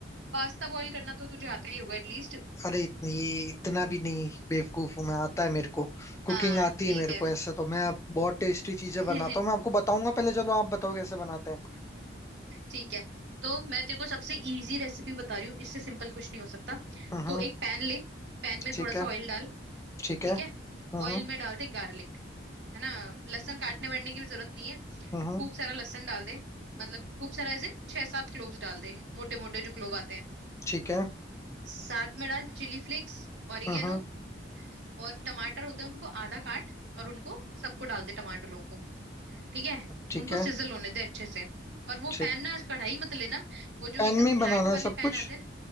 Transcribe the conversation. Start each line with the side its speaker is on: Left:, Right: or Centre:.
Right: पास्ता बॉईल करना तो तुझे आता ही होगा एटलीस्ट
Left: अरे इतनी इतना भी नहीं बेवकूफ हूं मैं आता है मेरे को कुकिंग
Right: हाँ
Left: आती
Right: ठीक
Left: है मेरे
Right: है
Left: को ऐसे तो मैं आप- बहुत टेस्टी चीजें
Right: <laughs>
Left: बनाता हूँ मैं आपको बताऊंगा पहले चलो आप बताओ कैसे बनाते हैं
Right: ठीक है तो मैं तेरे को सबसे इजी रेसिपी बता रही हूँ इससे सिंपल कुछ नहीं हो सकता
Left: हम्म
Right: तो एक पैन ले पैन में
Left: ठीक
Right: थोड़ा सा
Left: है
Right: ऑयल डाल
Left: ठीक
Right: ठीक
Left: है
Right: है
Left: हम्म
Right: ऑयल में डाल दे गार्लिक है ना लहसुन काटने वाटने की भी जरूरत नहीं है
Left: हम्म
Right: खूब सारा लहसुन डाल दे मतलब खूब सारा एज इन छह सात क्लोव्स डाल दे मोटे मोटे जो क्लोव आते हैं
Left: ठीक है
Right: साथ में डाल चिली फ्लेक्स ऑरिगेनो
Left: हम्म
Right: और टमाटर होते हैं उनको आधा काट और उनको सबको डाल दे टमाटरों को ठीक है
Left: ठीक
Right: उनको
Left: है
Right: सिजल होने दे अच्छे से और वो
Left: ठीक
Right: पैन ना आज कढ़ाई मत लेना वो जो
Left: पैन
Right: एकदम
Left: में ही
Right: फ्लैट
Left: बनाना है
Right: वाले
Left: सब
Right: पैन
Left: कुछ
Right: आते हैं ना